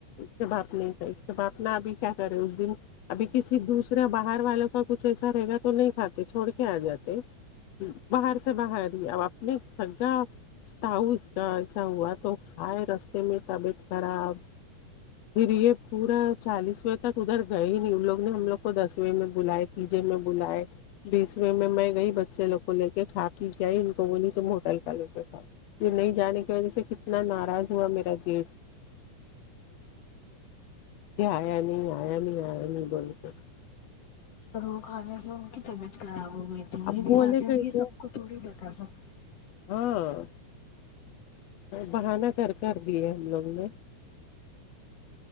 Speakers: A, on the left; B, on the left.
A: سے باپ نہیں تھا اس باپنا ابھی کیا کرے اس دن ابھی کسی دوسرے باہر والوں کا کچھ ایسا رہے گا تو نہیں کاتے چھوڑ کے آ جاتے باہر سے باہر ہی اب اپنے سگا تؤ اس کا ایسا ہوا تو کھائے رستے میں طبیعت خراب پھر یہ پورا چالیسویں تک ادھر گئے ہی نہیں ان لوگ نے ہم لوگ کو دسویں میں بلائے پیجے میں بلائے بیسوے میں گئی بچے لوگ کو لے کے کھا پی جئی ان کو وہلی تم ہوٹل کا لے کے کھ یہ نہیں جانے کی وجہ سے کتنا ناراض ہوا میرا جیب آیا نہیں آیا نہیں آیا نہیں بولتے
B: اور وہ کھانے سے ان کی طبیعت خراب ہو گئی تو یہ
A: اب
B: بھی
A: بولے
B: باتیں
A: کیسے
B: یہ سب کو تھوڑی بتا سک
A: ہاں بہانا کر کر دیے ہم لوگ نے